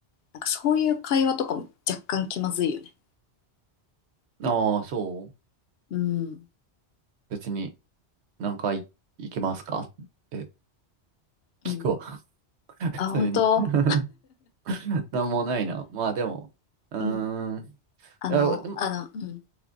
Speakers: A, on the left (about 70°); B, on the right (about 80°).
A: なんかそういう会話とかも若干気まずいよね。
B: ああ、そう
A: うん。
B: 別に、何回行けますかえ、聞くわ。
A: うん。
B: <laughs>
A: あ、
B: 普通に。
A: 本当
B: <laughs> なんもないな。まあでも、うーん。
A: うん。あの、
B: いやでも、
A: あの、うん。